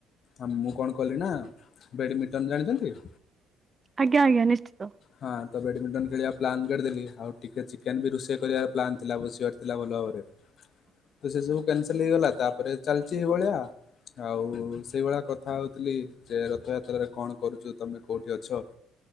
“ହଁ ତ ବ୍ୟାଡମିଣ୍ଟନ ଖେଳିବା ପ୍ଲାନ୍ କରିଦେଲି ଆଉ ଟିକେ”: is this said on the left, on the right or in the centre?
Left